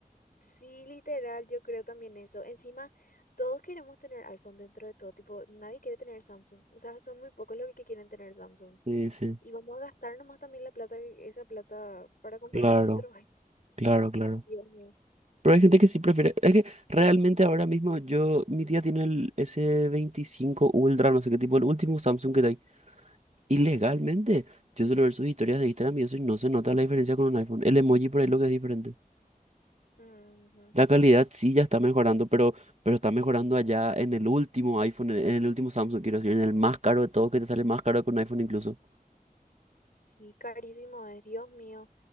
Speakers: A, on the left (about 70°); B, on the right (about 45°).
A: Sí, literal, yo creo también eso. Encima, todos queremos tener iPhone dentro de todo, tipo, nadie quiere tener Samsung. O sea, son muy pocos los que quieren tener Samsung.
B: Sí, sí,
A: Y vamos a gastar nomás también la plata, que- esa plata para comprar
B: claro.
A: <laughs> nuestro... Ay,
B: Claro, claro.
A: Dios mío.
B: Pero hay gente que sí prefiere. Es que realmente ahora mismo yo, mi tía tiene el S25 Ultra, no sé qué tipo, el último Samsung que hay. Y
A: Ujú.
B: legalmente, yo suelo ver sus historias de Instagram y eso y no se nota la diferencia con un iPhone. El emoji por ahí lo que es diferente.
A: Ujú.
B: La calidad sí ya está mejorando, pero, pero está mejorando allá en el último iPhone, en el último Samsung, quiero decir, en el más caro de todos, que te sale más caro que un iPhone incluso.
A: Sí, carísimo es, Dios mío.